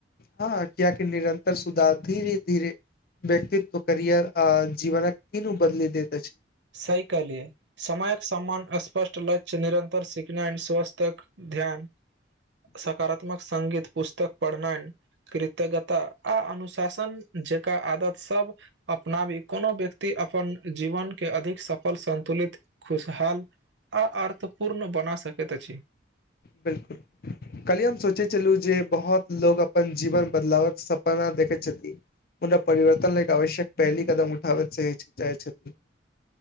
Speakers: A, on the left (about 50°); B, on the right (about 70°).
A: हँ किएक निरन्तर सुधार धीरे धीरे व्यक्तित्व करियर आ जीवन को तीनो बदल देत छै
B: साहि कहलियै समयके सम्मान स्पष्ट लक्ष्य निरन्तर सिखना स्वास्थ्यक ध्यान सकारात्मक सगीत पुस्तक पढ़ीनाय कृतज्ञता आ अनुशासन जेका आदत सब अपनाबी कोनो व्यक्ति अपन जीवन के अधिक सफल सन्तुलित खुशहाल आ अर्थपूर्ण बना सकैत अछि
A: बिलकुल कलिय हम सोचैत छलू जे बहुत लोकोग अपन जीवन बदलावक सपना देखैछथि मुदा परिवर्तन लाएक आवश्यक पेहली कदम उठाबैत चऽ चाहेत छैथ